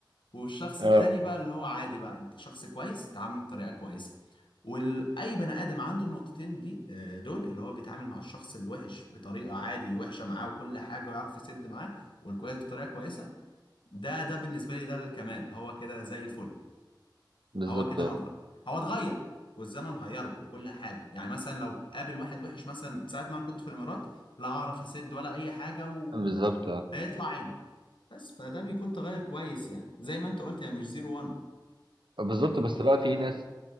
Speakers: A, on the left; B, on the right.
A: والشخص
B: اه
A: التاني بقى اللي هو عادي بقى انت شخص كويس تعامله بطريقة كويسة واي بني ادم عنده النقطتين دي آه، دول اللي هو بيتعامل مع الشخص الوحش بطريقة عادي وحشة معاه وكل حاجة ويعرف يسد معاه والكويس بطريقة كويسة ده ده بالنسبة لي ده الكمال هو كده زي الفل
B: بالظبط
A: هو كده
B: اه
A: ما اتغ... هو اتغير والزمن غيره وكل حاجه يعني مثلا لو قابل واحد وحش مثلا ساعه ما انا كنت في الامارات لا اعرف اسد ولا اي حاجه وهيطلع
B: اه بالظبط اه
A: عيني بس فده بيكون تغير كويس يعني زي ما انت قلت هي مش زيرو وان
B: بالظبط
A: هي بيكون
B: بس لا
A: فيها
B: في ناس